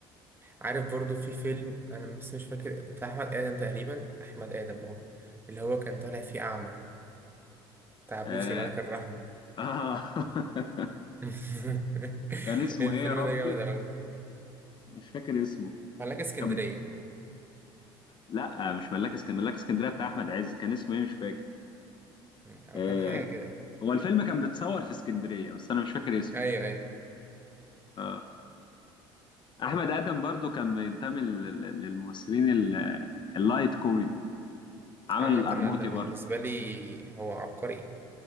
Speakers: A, on the right; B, on the left.
A: عارف برضو في فيلم انا بس مش فاكر بتاع احمد ادم تقريبا احمد ادم اه اللي هو كان طالع فيه اعمى بتاع بوسي
B: اه,
A: ملاك الرحمة
B: آه. <laughs>
A: <laughs>
B: كان اسمه
A: الفيلم
B: ايه يا ربي
A: ده جامد أوي
B: مش فاكر اسمه
A: ملاك اسكندرية
B: كان لا مش ملاك اسكندريه ملاك اسكندريه بتاع احمد عز كان اسمه ايه مش فاكر
A: آه،
B: آه.
A: أو كان حاجة كده
B: هو الفيلم كان بيتصور في اسكندريه بس انا مش فاكر اسمه
A: أيوه أيوه
B: آه. احمد ادم برضو كان بينتمي لل- لل- للممثلين ال- اللايت كوميدي عمل
A: عامة
B: القرموطي
A: أنا بالنسبة
B: برضو
A: لي هو عبقري